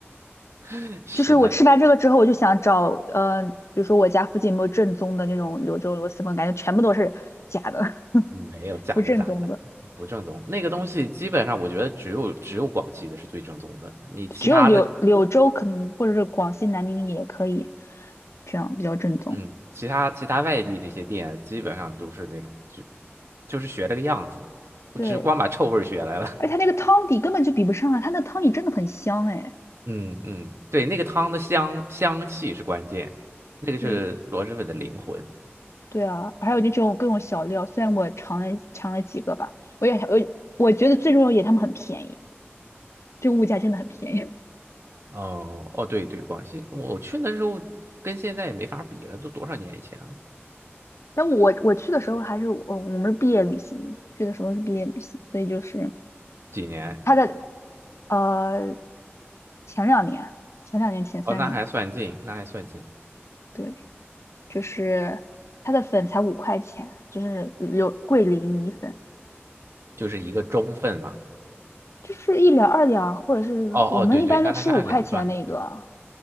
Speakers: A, on the right; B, on the left.
A: <laughs> 是，
B: 就是我吃完这个之后，
A: 那是
B: 我就想找，呃，比如说我家附近有没有正宗的那种柳州螺蛳粉，感觉全部都是假的，<laughs>
A: 嗯没有假的假的假的不正宗。
B: 不正宗的，
A: 那个东西基本上我觉得只有只有广西的是最正宗的，你其他的
B: 只有柳柳州可能或者是广西南宁也可以，这样比较正宗。
A: 嗯其他其他外地那些店基本上都是那种就就是学这个样子，我只光把臭味儿学来了。
B: 对。而且它那个汤底根本就比不上啊，
A: <laughs>
B: 它那汤底真的很香哎。
A: 嗯嗯，对，那个汤的香香气是关键，那个是螺蛳粉的灵魂。
B: 对对啊，还有那种各种小料，虽然我尝了尝了几个吧，我也我我觉得最重要一点，他们很便宜，这个物价真的很便宜。
A: 哦哦，对对，广西，我去那时候跟现在也没法比了，都多少年以前了？
B: <laughs> 但我我去的时候还是我我们是毕业旅行嘛，去的时候是毕业旅行，所以就是
A: 几年？
B: 它的呃前两年前两年前三年啊，
A: 哦，那还算近，那还算近，
B: 对，就是它的粉才五块钱，就是有桂林米粉。
A: 就是一个中份嘛。
B: 就是一两二两，或者是我们一般都吃五块钱那个，
A: 哦哦，对对，它它是按两算的，对。